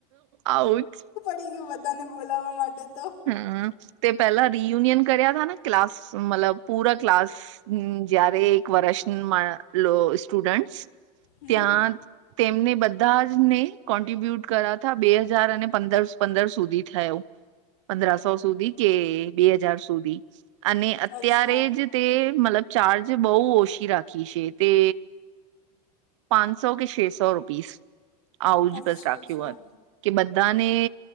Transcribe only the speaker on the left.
ટી ગયું બધાને બોલાવવા માટે તો
હમ
અચ્છા
અચ્છા
અચ્છા